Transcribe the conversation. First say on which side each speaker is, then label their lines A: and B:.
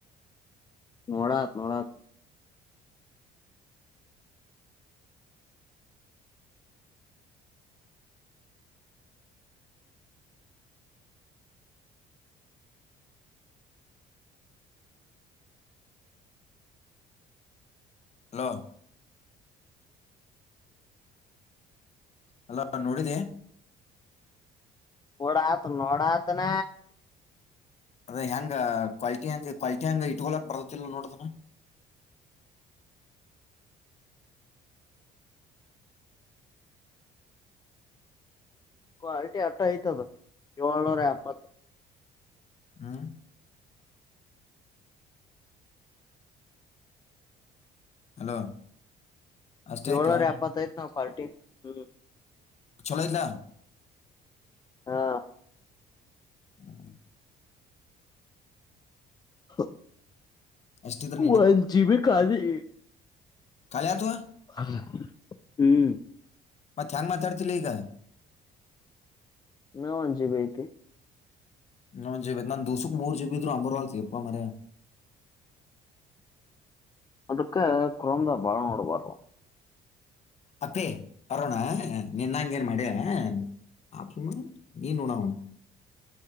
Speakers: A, on the left; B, on the left.
A: ನೋಡಾತ್ ನೋಡತ್.
B: ಹಲೋ ಅಲ ನೋಡಿದಿ.
A: ನೋಡಾತ್ ನೋಡಾತ್ನ.
B: ಅದ ಹೆಂಗ ಕ್ವಾಲಿಟಿ ಹೆಂಗ ಕ್ವಾಲಿಟಿ ಹೆಂಗ ಇಟ್ಕೊಳಕ್ ಬರತಿಲ್ ನೋಡ್ ಅದನ್ನ.
A: ಕ್ವಾಲಿಟಿ ಅಟ್ಟ ಐ್ತದ ಏಳ್ನೂರ ಎಪ್ಪತ್
B: ಹ್ಮ್ ಹಲೋ ಅಷ್ಟೈತೆ
A: ಏಳ್ನೂರ ಎಪ್ಪತ್ತೈತ್ ನೋಡ್. ಕ್ವಾಲಿಟಿ ಹ್ಮ್.
B: ಛೊಲೋ ಐತ್ಲ.
A: ಹಾ
B: ಹ್ಮ್
A: <inaudible>
B: ಅಷ್ಟಿದ್ರ
A: ಒನ್ ಜಿ ಬಿ ಕಾಲಿ.
B: ಕಾಲಿ ಆತು.
A: ಅಲ್ಲ. ಹ್ಮ್
B: ಮತ್ತ್ ಹ್ಯಾಂಗ್ ಮಾತಾಡ್ತಿಲೇ ಈಗ.
A: ಇನ ಒಂದ್ ಜೆ ಬಿ ಐತಿ.
B: ಇನ ಒಂದ್ ಜಿ ಬಿ ಐತ್ ನಂದೂಸುಕ ಮೂರ ಜಿ ಬಿ ಇದ್ರು ಅಂಬರ್ವಾಲ್ತಲೇಪ್ಪ ಮಾರಾಯ.
A: ಅದಕ್ಕ ಕ್ರೋಮ್ದಾಗ್ ಬಾಳ್ ನೋಡ್ಬಾರ್ದು.
B: ಅಪ್ಪಿ ಬರೋಣ ನಿನ್ನಂಗ್ ಏನ್ ಮಾಡ್ಯನಾ ಆಪ್ ಸುಮ್ಮ <unintelligible> ನೀನ್ ಉಣವು.